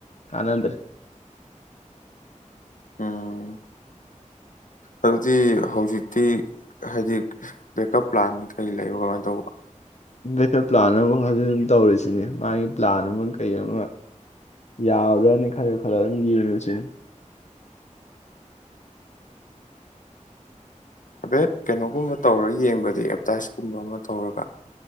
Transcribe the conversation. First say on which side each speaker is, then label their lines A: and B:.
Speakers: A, on the left; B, on the left.
A: ꯀꯥꯟꯅꯗ꯭ꯔꯦ
B: ꯎꯝ ꯑꯗꯨꯗꯤ ꯍꯧꯖꯤꯛꯇꯤ ꯍꯥꯏꯗꯤ ꯕꯦꯛꯀꯞ ꯄ꯭ꯂꯥꯟꯖꯤ ꯀꯔꯤ ꯂꯩꯕ ꯀꯃꯥꯏꯅ ꯇꯧꯕ
A: ꯕꯦꯀꯝ ꯄ꯭ꯂꯥꯟ ꯑꯕꯨ ꯍꯧꯖꯤꯛ ꯑꯗꯨꯝ ꯇꯧꯔꯤꯁꯤꯅꯦ ꯃꯥꯒꯤ ꯄ꯭ꯂꯥꯟ ꯑꯃ ꯀꯩ ꯑꯃ ꯌꯥꯕꯔ꯭ꯔꯅꯤ ꯈꯔ ꯈꯔ ꯑꯗꯨꯝ ꯌꯦꯡꯉꯨꯁꯤꯅꯤ
B: ꯍꯥꯏꯐꯦꯠ ꯀꯩꯅꯣꯒꯨꯝꯕ ꯇꯧꯔ ꯌꯦꯡꯕꯗꯤ ꯑꯦꯠꯚꯔꯇꯥꯏꯁꯀꯨꯝꯕ ꯑꯃ ꯇꯧꯔꯒ